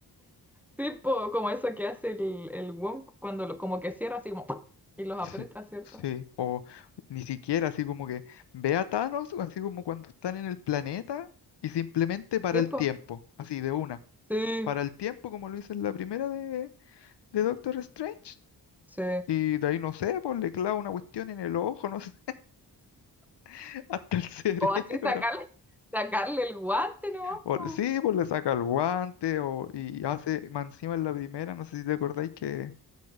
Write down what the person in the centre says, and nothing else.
tipo como eso que hace el, el Wong cuando lo, como que cierra así como ¡pum! y los aprieta,
¿cierto?
Tipo,
sí,
sí.
O así sacarle, sacarle el guante no
po.